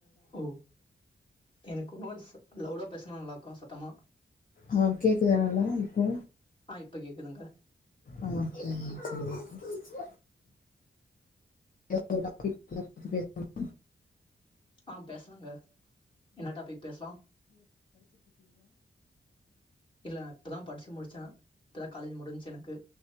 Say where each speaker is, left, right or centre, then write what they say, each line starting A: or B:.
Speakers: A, on the left; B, on the left.
A: ஓ எனக்கு உன்ன கொஞ்ச ச லவுடோ பேசுனா நல்லாருக்கு சத்தமா
B: ஆ கேக்குதா நல்லா இப்போ?
A: ஆ இப்ப கேக்குதுங்க
B: ஆ ஓகே ஓகே ஓகே எதாவது ஒரு டாபிக் <inaudible> பத்தி பேசலாமா?
A: ஆ பேசலாங்க. என்ன டாபிக் பேசலா? இல்ல இப்பதா படிச்சு முடிச்சே. இப்பதா காலேஜ் முடிஞ்ச்சு எனக்கு.